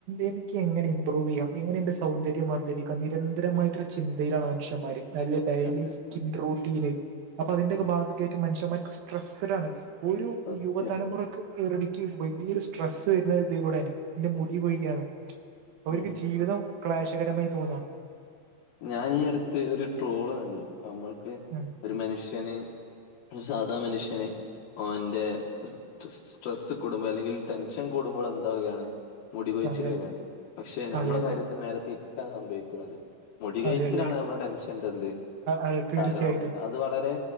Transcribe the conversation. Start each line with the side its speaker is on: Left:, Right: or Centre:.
Right: എനിക്ക് എങ്ങനെ ഇമ്പ്രൂവ് ചെയ്യാം എങ്ങനെ എന്റെ സൗന്ദര്യം വർധി ലഭിക്ക നിരന്തരമായിട്ടൊരു ചിന്തയിലാണ് മനുഷ്യന്മാര് അ ഡെയിലി
Left: പറഞ്ഞത്
Right: സ്കിൻ റൂട്ടീന് അപ്പൊ അതിന്റെക്കെ
Left: ഉം
Right: ബാധ്യായിട്ട് മനുഷ്യന്മാർക്ക് സ്ട്രെസ്ഡാണ് ഒരു
Left: സത്യം
Right: യുവതലമുറ- <unintelligible> വലിയൊരു സ്ട്രെസ്സ് വരുന്നത് ഇതികൂടേണ് എന്റെ മുടി കൊഴിയാണ് അവർക്ക്
Left: ഉം
Right: ജീവിതം ക്ലേശകരമായി തോന്നാണ്
Left: ഞാൻ ഈ അടുത്ത് ഒരു ട്രോള് കണ്ടു നമ്മൾക്ക്
Right: ആഹ്
Left: ഒരു മനുഷ്യന് ഒരു സാധാ മനുഷ്യന് ഓന്റെ സ്ട്രെസ്സ് കൂടുമ്പോൾ അല്ലെങ്കിൽ ടെൻഷൻ കൂടുമ്പോൾ എന്താവുകയാണ് മുടി കൊഴിച്ചിൽ
Right: അതെ അതെ
Left: വരാണ് പക്ഷെ നമ്മളെ
Right: അതെ അതെ
Left: കാര്യത്തിൽ നേരെ തിരിച്ചാണ് സംഭവിക്കുന്നത് മുടി കഴിച്ചിലാണ്
Right: അതെ അതെ
Left: നമ്മുടെ ടെൻഷന്റെ എന്ത്
Right: അതെ തീർച്ചയായിട്ടും
Left: കാരണം അത് വളരെ